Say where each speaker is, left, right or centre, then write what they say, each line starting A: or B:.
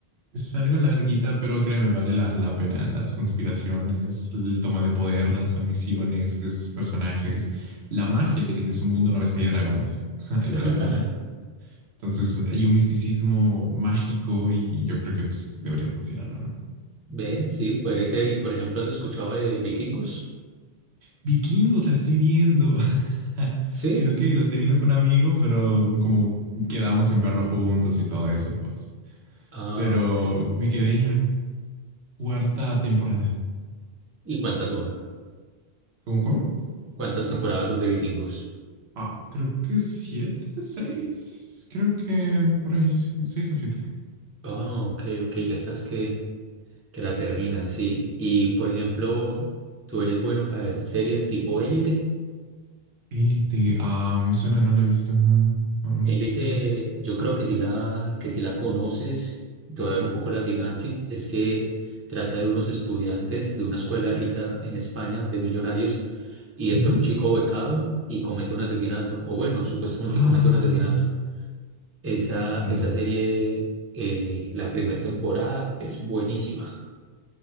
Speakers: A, on the right; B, on the right.
A: Es algo larguita, pero créeme, vale la, la pena. Las conspiraciones, el toma de poder, las ambiciones de sus personajes, la magia que tiene su mundo una vez que hay dragones. <laughs> Hay
B: <laughs>
A: dragones. Entonces hay un misticismo mágico y yo creo que pues, deberías considerarlo, ¿no?
B: ¿Ve? Sí, puede ser. Y por ejemplo, ¿has escuchado de Vikingos?
A: Vikingos, la estoy viendo. <laughs>
B: Sí.
A: Sino que la estoy viendo con un amigo, pero como quedamos en verlo juntos y todo eso, pues.
B: Ah,
A: Pero
B: ok.
A: me quedé en la cuarta temporada.
B: ¿Y cuántas son?
A: ¿Cómo? ¿Cómo?
B: ¿Cuántas temporadas son de Vikingos?
A: Ah, creo que siete, seis. Creo que por ahí sí, seis o siete.
B: Ah, ok, ok. Ya estás que, que la terminan, sí. Y por ejemplo, ¿tú eres bueno para ver series tipo Élite?
A: Élite. Ah, me suena, no la he visto. No, no, no,
B: Élite,
A: no sé.
B: yo creo que si la, que si la conoces, te voy a dar un poco la sinapsis, es que trata de unos estudiantes de una escuela rica en España, de millonarios, y
A: Ujú.
B: entra un chico becado y comete un asesinato, o bueno, supuestamente
A: Ah,
B: comete un asesinato. Esa, esa
A: ya.
B: serie, eh, la primera temporada es buenísima.